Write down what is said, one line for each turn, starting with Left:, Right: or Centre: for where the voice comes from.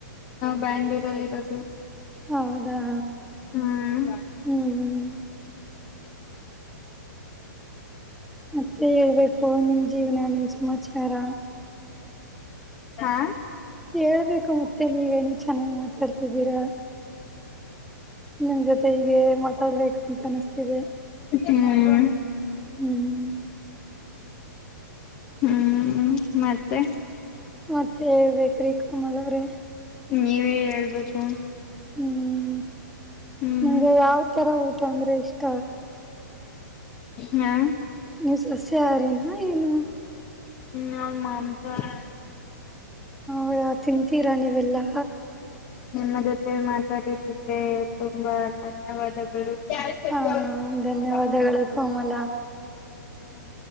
Left: ಬ್ಯಾಂಗ್ಳೂರ್ ಅಲ್ಲಿ ಇರೋದು
Centre: ಹೌದಾ
Left: ಹ್ಮ್
Centre: ಹ್ಮ್ ಮತ್ತೆ ಹೇಳ್ಬೇಕು ನಿಮ್ ಜೀವನ ನಿಮ ಸಮಾಚಾರ
Left: ಹಾ
Centre: ಹೇಳ್ಬೇಕು ಮತ್ತೆ ನೀವೇನ ಚೆನ್ನಾಗಿ ಕಡ್ತಿದ್ದೀರಾ ನಿಮ್ ಜೊತೆ ಹೀಗೆ ಮತ್ತೆ ಮಾತೊಡ್ಬೇಕಂತ ಅನಿಸ್ತಿದೆ
Left: ಹ್ಮ್
Centre: ಹ್ಮ್
Left: ಹ್ಮ್ ಮತ್ತೆ
Centre: ಮತ್ತೆಳ್ಬೇಕೇಕ್ರಿ ಕಮಲ್ ಅವ್ರೀ
Left: ನೀವೇ ಹೇಳ್ಬೇಕು
Centre: ಹ್ಮ್
Left: ಹ್ಮ್
Centre: ನಿಮ್ಗೆ ಯಾವ ತರ ಊಟ <inaudible> ಅಂದ್ರೆ ಇಷ್ಟ
Left: ಹಾ
Centre: ನೀವು ಸಸ್ಯ ಹಾರಿನಾ ಏನು
Left: ನಾವ್ ಮಾಂಸಹಾರಿ
Centre: ಹ ತಿಂತೀರಾ ನೀವೆಲ್ಲಾ
Left: ನಿಮ್ಮ ಜೊತೆ ಮಾತಾಡಿದಕ್ಕೆ ತುಂಬಾ ಧನ್ಯವಾದಗಳು ಯಾರ
Centre: ಹಾ ಧನ್ಯವಾದಗಳು ಕೋಮಲ
Left: ಹ್ಮ್